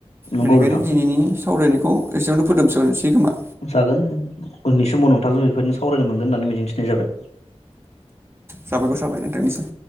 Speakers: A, on the left (about 75°); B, on the right (about 20°).
A: नंगौ
B: बेनिखायनो
A: नोंथां
B: दिनैनि सावरायनायखौ एसेयावनो फोजोबथनोसै खोमा
A: जागोन उननि समाव नोंथांजों बेफोरदिनो सावरायनो मोनगोन होननानै मिजिंथिनाय जाबाय
B: साबायखर थाबाय नोंथांनिसिम